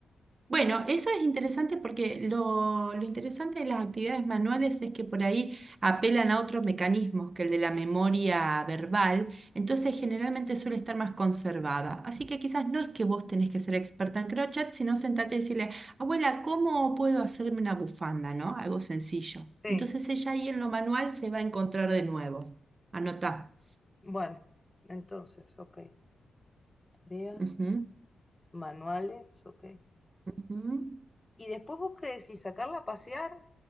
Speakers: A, on the right; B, on the left.
A: Bueno, eso es interesante porque lo, lo interesante de las actividades manuales es que por ahí apelan a otros mecanismos que el de la memoria verbal, entonces generalmente suele estar más conservada. Así que quizás no es que vos tenés que ser experta en crochet, sino sentate y decirle, abuela, ¿cómo puedo hacerme una bufanda? ¿No? Algo sencillo.
B: Sí,
A: Entonces ella ahí en lo manual se va a encontrar de nuevo. Anotá.
B: bueno, entonces, ok. Tarea,
A: Ujú,
B: manuales, ok.
A: ujú.
B: Y después vos qué decís, ¿sacarla a pasear